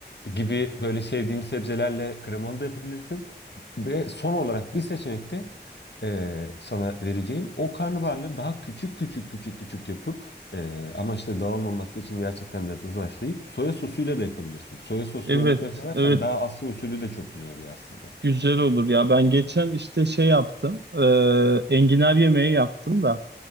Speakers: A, on the left; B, on the right.
A: gibi böyle sevdiğin sebzelerle kremalı da yapabilirsin. Ve son olarak bir seçenekte e, sana vereceğim. O karnabaharları daha küçük küçük küçük küçük yapıp e, ama işte dağılmaması için gerçekten biraz azlaşlayıp soya sosuyla da yapabilirsin. Soya soslu
B: Evet,
A: yemekler seversen
B: evet
A: daha Asya usulü de çok güzel oluyor aslında.
B: güzel olur ya. Ben geçen işte şey yaptım. e, enginar yemeği yaptım da.